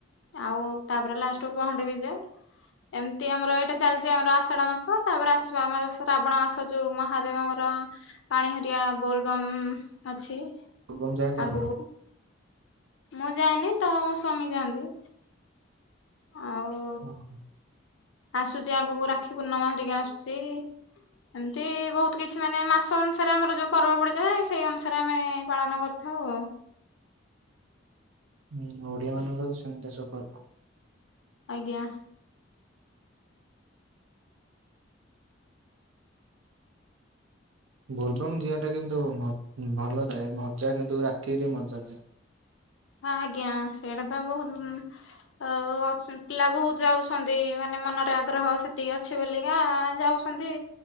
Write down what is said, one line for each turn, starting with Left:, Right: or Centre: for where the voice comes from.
Left: ଆଉ ତାପରେ ଲାଷ୍ଟକୁୁ ପହଣ୍ଡି ବିଜେ ଏମିତି ଆମର ଏଇଟା ଚାଲିଚଛି ଆମର ଆଷାଢ ମାସ ତାପରେ ଆସିବା ଆମର ଶ୍ରାବଣ ମାସ। ସେ ଯଉ ମହାଦେବଙ୍କର ପାଣି ହେରିଆ ବୋଲବମ୍ ଅଛି।
Right: ବୋଲବମ୍ ଯାଆନ୍ତି
Left: ଆଗକୁ
Right: ଆପଣ?
Left: ମୁଁ ଯାଇନି ତ ମୋ ସ୍ଵାମୀ ଯାଆନ୍ତି। ଆଉ
Right: ହଁ ହଁ
Left: ଆସୁଛି ଆଗକୁ ରାକ୍ଷୀ ପୂର୍ଣ୍ଣମା ହେରିକା ଆସୁଛି। ଏମତି ବହୁତ କିଛି ମାନେ ମାସ ଅନୁସାରେ ଆମର ଯୋଉ ପର୍ବ ପଡିଥାଏ ସେଇ ଅନୁସାରେ ଆମେ ଏ ପାଳନ କରି ହଁ
Right: ହୁଁ ଓଡିଆ ମାନଙ୍କ ତ ସେମିତି ସବୁ ପର୍ଵ।
Left: ଆଜ୍ଞା।
Right: ବୋଲବଙ୍ଗ ଯିିବା ଟା କିନ୍ତୁ ଭଲ ଥାଏ ମଜା କିନ୍ତୁ ରାତିରେ ମଜା ଥାଏ।
Left: ହଁ ଆଜ୍ଞା ସେଇଟା ତ ବହୁତ ଆଉ ଅଛ ପିଲା ବହୁତ ଯାଉଛନ୍ତି ମାନେ ମନରେ ଆଗ୍ରହ ସେତିକି ଅଛି ବୋଲିକା ଯାଉ ଛନ୍ତି